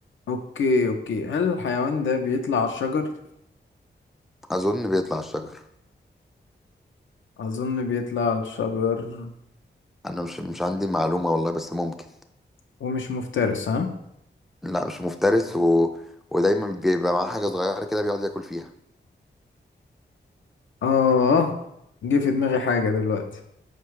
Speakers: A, on the left; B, in the centre.
A: اوكي اوكي هل الحيوان ده بيطلع على الشجر
B: أظن بيطلع الشجر
A: اظن بيطلع على الشجر
B: أنا مش مش عندي معلومة والله بس ممكن
A: ومش مفترس ها
B: لا مش مفترس و... ودايما بيبقى معاه حاجة صغيرة كده بيقعد ياكل فيها
A: اه جه في دماغي حاجة دلوقتي